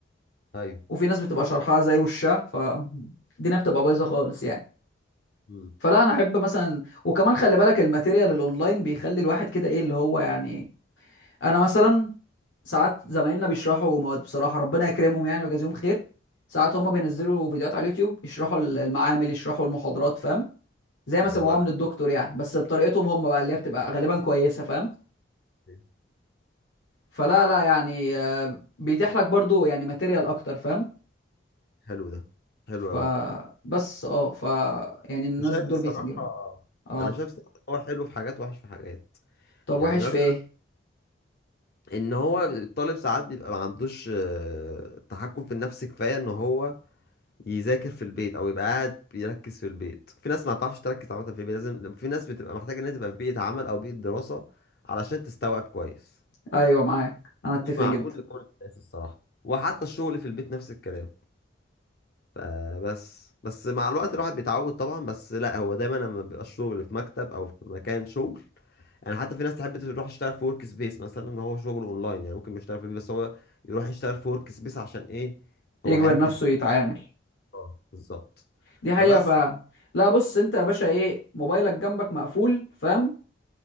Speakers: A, on the left; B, on the left.
A: ايوه
B: وفي ناس بتبقى شرحها زي وشها فالدنيا بتبقى بايظة خالص يعني
A: مم.
B: فلا انا احب مثلا وكمان خلي بالك الماتيريال الاونلاين بيخلي الواحد كده ايه اللي هو يعني ايه انا مثلا ساعات زمايلنا بيشرحوا مواد بصراحة ربنا يكرمهم يعني ويجازيهم خير ساعات هما بينزلوا فيديوهات على اليوتيوب يشرحوا المعامل يشرحوا المحاضرات فاهم زي ما
A: طب
B: سمعوها
A: والله
B: من الدكتور يعني بس بطريقتهم هم بقى اللي هي بتبقى غالبا كويسه فاهم
A: جميل.
B: فلا لا يعني آه، بيتيح لك برضو يعني ماتيريال اكتر فاهم
A: حلو ده حلو
B: فبس
A: أوي
B: اه ف يعني الناس
A: أنا شايف
B: دول
A: الصراحة
B: بيسجلوا اه
A: أنا شايف الصراحة إن هو حلو في حاجات وحش في حاجات
B: طب
A: يعني
B: وحش
A: مثلا
B: في ايه
A: إن هو الطالب ساعات بيبقى ما عندوش آه، تحكم في النفس كفاية إن هو يذاكر في البيت أو يبقى قاعد بيركز في البيت في ناس ما بتعرفش تركز عامة في البيت لازم في ناس بتبقى محتاجة إن هي تبقى في بيئة عمل أو بيئة دراسة علشان تستوعب كويس
B: ايوه معاك انا اتفق
A: مش معقول
B: جدا
A: لكل الناس الصراحة وحتى الشغل في البيت نفس الكلام فبس بس مع الوقت الواحد بيتعود طبعا بس لا هو دايما لما بيبقى الشغل في مكتب او في مكان شغل يعني حتى في ناس تحب تروح تشتغل في ورك سبيس مثلا ان هو شغل اونلاين يعني ممكن يشتغل في البيت بس هو يروح يشتغل في ورك سبيس عشان ايه هو
B: يجبر
A: هيركز
B: نفسه
A: على
B: يتعامل
A: الشغل. بالظبط
B: دي حقيقه
A: فبس
B: فعلا لا بص انت يا باشا ايه موبايلك جنبك مقفول فاهم